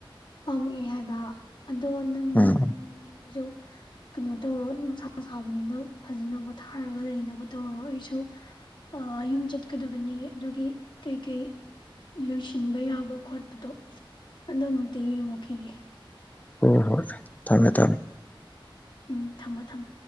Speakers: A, on the left; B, on the left.
A: ꯄꯥꯝꯃꯛꯑꯦ ꯍꯥꯏꯕ꯫ ꯑꯗꯣ ꯅꯪ
B: ꯎꯝ
A: ꯌꯣ ꯀꯩꯅꯣ ꯇꯧꯔꯣ ꯅꯨꯡꯁꯥ ꯁꯥꯕꯅꯤꯅ ꯐꯖꯅ ꯄꯣꯊꯥꯔꯒ ꯂꯩꯅꯕ ꯇꯧꯔꯣ ꯑꯩꯁꯨ ꯑ ꯌꯨꯝ ꯆꯠꯀꯗꯕꯅꯤ ꯑꯗꯨꯒꯤ ꯀꯩꯀꯩ ꯂꯣꯏꯁꯤꯟꯕ ꯌꯥꯕ ꯈꯣꯠꯄꯗꯣ ꯑꯗꯨ ꯃꯨꯛ <unintelligible> ꯃꯨꯛꯈꯤꯒꯦ꯫
B: ꯍꯣꯏ ꯍꯣꯏ ꯊꯝꯃꯦ ꯊꯝꯃꯦ
A: ꯎꯝ ꯊꯝꯃꯣ ꯊꯝꯃꯣ